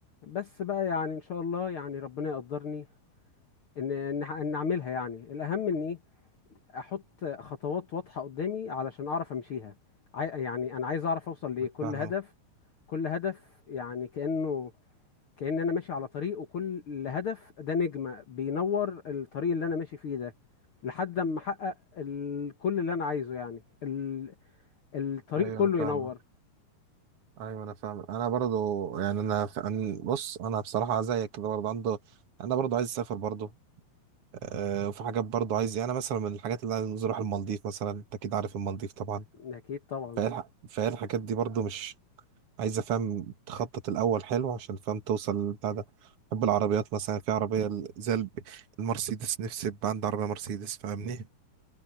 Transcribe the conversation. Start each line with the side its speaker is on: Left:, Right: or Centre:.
Left: بس بقى يعني ان شاء الله يعني ربنا يقدرني ان ان ان اعملها يعني الاهم اني احط خطوات واضحة قدامي علشان اعرف امشيها عاي- يعني انا عايز اعرف اوصل لايه
Right: أنا
Left: كل
Right: فاهم
Left: هدف كل هدف يعني كأنه كأن انا ماشي على طريق وكل هدف ده نجمة بينور الطريق اللي انا ماشي فيه ده لحد اما احقق ال... كل اللي انا عايزه يعني ال... الطريق
Right: ايوه
Left: كله
Right: انا فاهمك
Left: ينور
Right: ايوه انا فاهم انا برضو يعني انا ف... أنا بص انا بصراحه زيك كده برضو عنده انا برضو عايز اسافر برضو أه وفي حاجات برضو عايز يعني انا مثلا من الحاجات اللي عايز اروح المالديف مثلا انت اكيد عارف المالديف طبعا
Left: اكيد طبعا
Right: فايه الح... فايه الحاجات دي برضو مش عايز افهم تخطط الاول حلو عشان فاهم توصل للبتاع ده بحب العربيات مثلا في عربيه ال- زي الب- المرسيدس نفسي يبقى عندي عربيه مرسيدس فاهمني